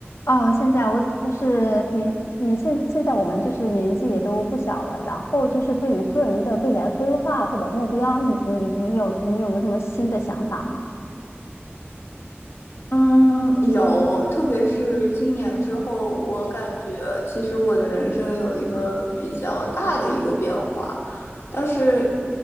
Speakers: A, on the left; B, on the left.
A: 哦，现在我就是你，你现现在我们就是年纪也都不小了，然后就是对于个人的未来规划或者目标，你你你有你有没有什么新的想法吗？
B: 嗯，有，特别是今年之后，我感觉其实我的人生有一个比较大的一个变化，但是，